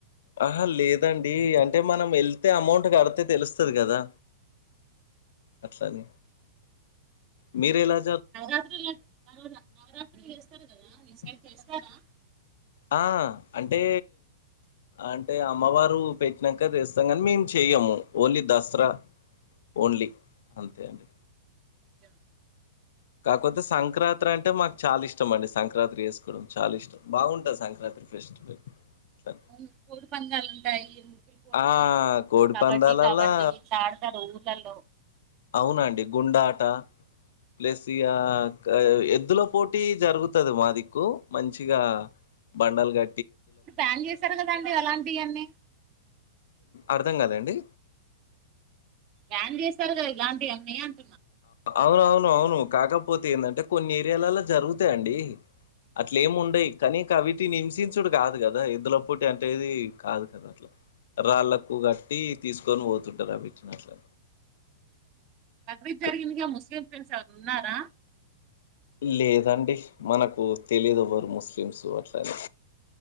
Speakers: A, on the left (about 70°); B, on the right (about 35°).
A: ఆహా లేదండి అంటే మనం వెళ్తే అమౌంట్ కడితే తెలుస్తుంది కదా అట్లాని మీ మీరేలా
B: నవరాత్రి నవరాత్రి చేస్తారు కదా మీ
A: <unintelligible>
B: సైడ్ చేస్తారా
A: ఆ అంటే అంటే అమ్మవారు పెట్టినాక తెస్తాం కానీ మేము చెయము ఓన్లీ దసర ఓన్లీ అంతే అండి
B: ఓకే ఓకే
A: కాకపోతే సంక్రాంత్రి అంటే మాకు చాలా ఇష్టం అండి సంక్రాంతి వేసుకోవడం చాలా ఇష్టం బాగుంటంది సంక్రాంత్రి <unintelligible> ఫెస్టివల్ ఇట్లా
B: అవును కోడి పందాలు ఉంటాయి అండి పోటీలు
A: ఆ! కోడి
B: కబడ్డీ
A: పందాలల్లా
B: కబడ్డీ <unintelligible> ఆడతారు ఊర్లలో
A: అవునండి గుండాట ప్లస్ ఇగ ఎద్దులో పోటీ జరుగుతది మాదిక్కు మంచిగా బండాల్ గ
B: ఇప్పుడు ప్లాన్ చేశారు కదండి అలాంటివన్నీ
A: అర్థం కాలేఅండి
B: బ్యాన్ చేస్తారు గా ఇలాంటివి అన్ని <unintelligible>
A: అవున అవును అవును కాకపోతే ఏంటంటే కొన్ని ఏరియాలలో జరుగుతాయండి అట్ల ఏమి ఉండయి కానీ కవిటి హింసించుడు కాదు కదా ఎద్దుల పోటీ అంటేది కాదు కదా అట్ల రాళ్ళకు కట్టి తీసుకొని పోతుంటారు <unintelligible>
B: <unintelligible> జరిగిందిగా
A: క-
B: ముస్లిం ఫ్రెండ్స్ ఎవరన్నా ఉన్నారా
A: లేదండి మనకు తెలిదు <unintelligible> ముస్లిమ్స్ అట్లనే